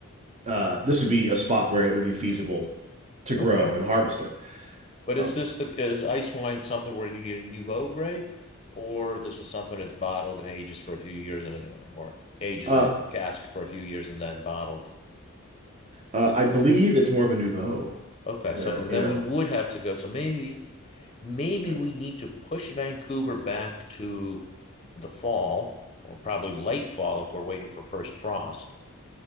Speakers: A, on the right; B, on the left.
A: uh, this would be a spot where it would be feasible to grow
B: Okay,
A: and harvest it.
B: but
A: Um,
B: is this the is ice wine something where you need a nouveau grape, or this is something that's bottled and ages for a few years and or, or ages
A: uh,
B: in a cask for a few years and then bottled?
A: uh, I believe it's more of a nouveau.
B: Okay,
A: Uh,
B: so then
A: you know.
B: we would have to go. So maybe maybe
A: yeah.
B: we need to push Vancouver back to the fall or probably late fall if we're waiting for first frost